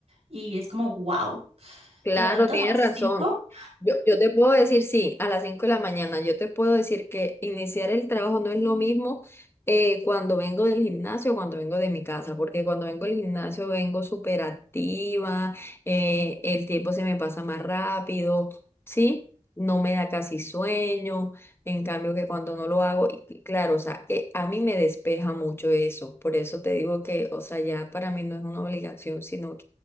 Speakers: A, on the right; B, on the left.
A: y es como, wow,
B: Claro,
A: te levantas
B: tienes
A: a las
B: razón.
A: cinco.
B: Yo, yo te puedo decir, sí, a las 5 de la mañana, yo te puedo decir que iniciar el trabajo no es lo mismo eh, cuando vengo del gimnasio o cuando vengo de mi casa, porque cuando vengo del gimnasio vengo súper activa, eh, el tiempo se me pasa más rápido, ¿sí? No me da casi sueño, en cambio que cuando no lo hago, y y claro, o sea, eh, a mí me despeja mucho eso, por eso te digo que, o sea, ya para mí no es una obligación, sino